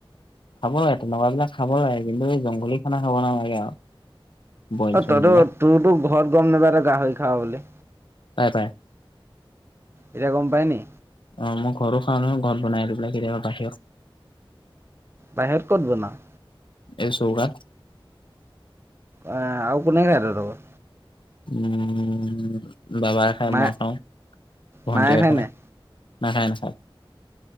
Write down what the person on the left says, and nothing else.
খাব লাগে, তেনেকুৱাবিলাক খাব আৰু কিন্তু এই জংঘলী খানা খাব নালাগে আৰু। বইল
চইল বিলাক।
পায়, পায়।
অ', মই ঘৰটো খাওঁ নহয়, ঘৰত বনাই লৈ পেলাই কেতিয়াবা বাহিৰত।
এই চৌ়কাত।
উম, বাবাই খাই,
মই খাওঁ, ভণ্টিয়ে
খায়।
নাখায়, নাখায়।